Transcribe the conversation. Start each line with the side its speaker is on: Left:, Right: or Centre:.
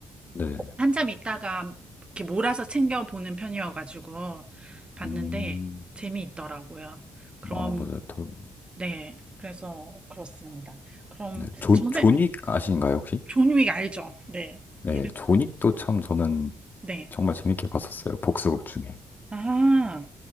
Left: 네.
Right: 한참 있다가 이렇게 몰아서 챙겨보는 편이어가지고, 봤는데,
Left: 음,
Right: 재미있더라고요. 그럼,
Left: 아 맞아요. 더,
Right: 네. 그래서, 그렇습니다. 그럼,
Left: 네, 존
Right: 저는,
Left: 존윅 아신가요 혹시?
Right: 존윅 알죠? 네.
Left: 네,
Right: 이름,
Left: 조닉도 참 저는
Right: 네.
Left: 정말 재밌게 봤었어요. 복수극 중에.
Right: 아,